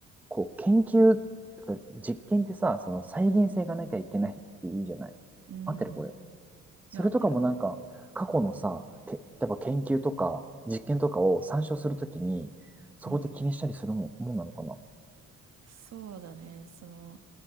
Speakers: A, in the centre; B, on the right (about 60°).
A: こう、研究とか実験ってさ、その再現性がなきゃいけないっていうじゃない。
B: うん。
A: 合ってるこれ。
B: い
A: それとかもなんか、
B: や、合ってる合ってる。
A: 過去のさ、け、例えば研究とか実験とかを参照するときに、そこって気にしたりするもん、
B: うん。
A: もんなのかな
B: そうだね。その、